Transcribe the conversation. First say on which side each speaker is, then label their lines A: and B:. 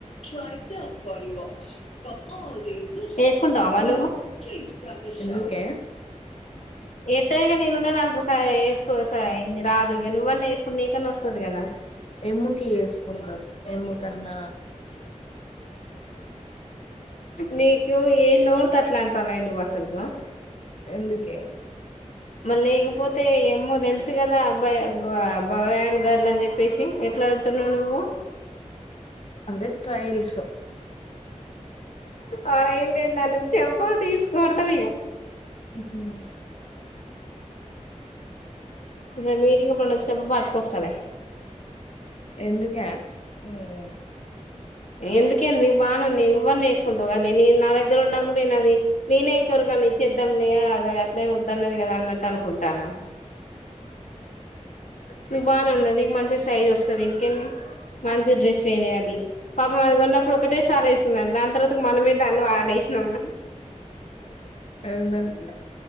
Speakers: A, on the left (about 55°); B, on the left (about 80°).
A: ట్రై ట పవస్ <unintelligible>
B: వేసుకుంటావా మరి
A: ఎందుకే
B: ఎంత నేనున్నా నాకు స ఎసుకో స ఇంగ రాదు ఇగ నువ్వన్నా ఎసుకో నీకన్నా వస్తది కదా
A: ఎమ్ముకి వేసుకుంటా ఎమ్ముకన్నా
B: నీకు ఏ నోరుతట్లా అట్ల అంటాన్నావే నువ్ అసలకు
A: ఎందుకే
B: మల్లి లేకపోతే ఏమో తెలుసు కదా అబ్బాయి బాయ్ అండ్ గర్ల్ అని చెప్పేసి ఎట్ల అంటున్నావు నువ్వు
A: అంటే ట్రయల్స్
B: ఆ ఏం లేదు నన్ను చెంపకు తీసుకోడతాడు ఇగ
A: ఓకే
B: ఈసారి నిథిగ పండగ వచ్చినప్పుడు పట్టుకొస్తాలే
A: ఎందుకే ఉ
B: ఎందుకేంది నీకు బానేంది నువ్వున్న వేసుకుంటావు కనీ నేను నా దగ్గర ఉన్నప్పుడు నేను అది నేనే ఇంకెవరికన్న ఇచ్చిద్దాం లే అద అట్లే వద్దన్నది కదా అన్నట్టు అనుకుంటాన <inaudible> మీకు బానే ఉన్నది మంచి సైజ్ వస్తది ఇంకేది మంచి డ్రెస్. తేనే అది పాపం అది గొన్నప్పుడు ఒకటేసారి ఎసుకున్న దాని తర్వాత మనమే దాన్ని వాడేసినాము.
A: అవున అంకుల్